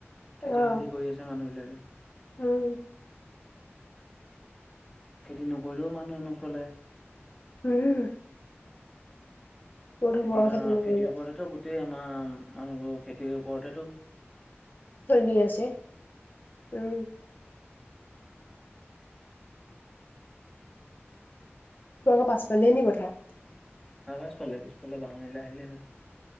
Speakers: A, on the left; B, in the centre.
A: অ
B: খেতি চেতী কৰি আছে মানুহ বিলাকে।
A: উম।
B: খেতি নকৰিলেও মানুহে নচলে।
A: উম ক'ত
B: খেতি
A: হ'ব আৰু
B: ঘাঁ
A: নকৰিলে
B: খেতি ওপৰতে গোটেই আমাৰ মানুহবোৰ খেতিৰ ওপৰতেটো
A: চলি আছে, উম। তোমালোকৰ পাছফালে নি পথাৰ।
B: ৱাজ পালে পিছফালে বাহনিলে আহিলে হয়।